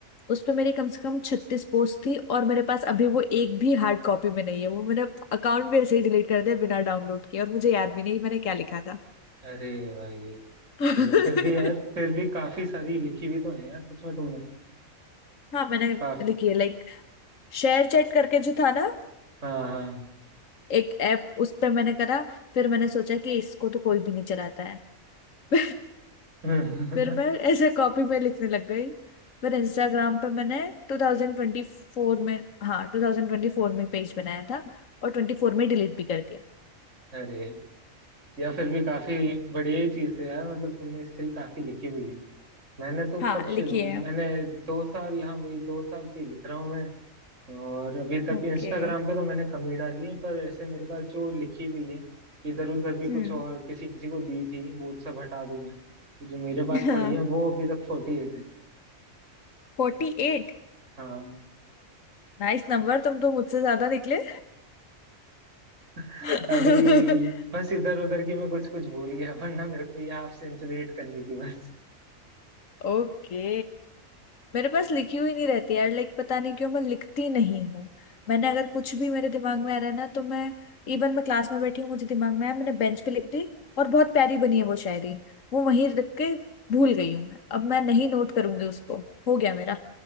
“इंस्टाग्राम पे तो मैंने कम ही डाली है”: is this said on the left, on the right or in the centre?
Right